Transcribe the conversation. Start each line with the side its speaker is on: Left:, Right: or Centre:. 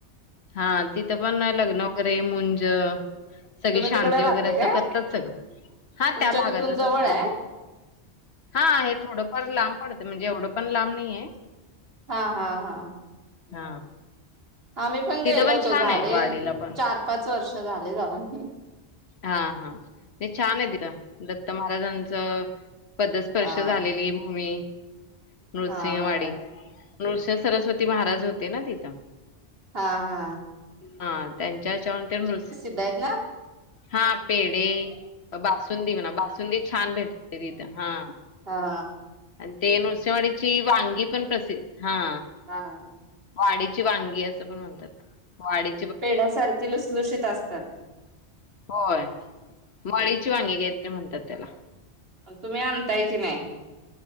Left: हा तिथं पण लग्न वगैरे मुंज. सगळी
Right: तुम्ही
Left: शांती
Right: तिकडे राहताय
Left: वगैरे असं
Right: काय
Left: करतात सगळं हा
Right: तुमच्या
Left: त्या भागातच
Right: तिथून जवळ
Left: असते.
Right: आहे
Left: हा आहे थोडंफार लांब पडतं म्हणजे एवढं पण लांब नाही आहे.
Right: हा हा हा
Left: हा
Right: आम्ही पण
Left: तिथं
Right: गेलो होतो
Left: छान
Right: झाले
Left: आहे वाडीला पण
Right: चार पाच वर्ष झाले जाऊन.
Left: हा हा नाही छान आहे तिथ दत्त महाराजांच. पदस्पर्श
Right: हा
Left: झालेली भूमी नृसिंहवाडी.
Right: हा बरोबर
Left: नर्सिंह सरस्वती महाराज होते ना तिथं.
Right: हा हा
Left: हा त्यांच्याच्या हुन ते नर्सिंह
Right: द ना <unintelligible>
Left: हा पेडे बासुंदी म्हणा बासुंदी छान भेटते तिथं हा.
Right: हा
Left: आणि ते नृसिंवाडीची वांगी पण प्रसिद्ध हा.
Right: हा हा
Left: वाडीची वांगी असं पण म्हणतात वाडी
Right: पेड्यासारखे लुसलुषित असतात.
Left: होय मळीची वांगी काहीतरी म्हणतात त्याला.
Right: तुम्ही आणताय की नाही?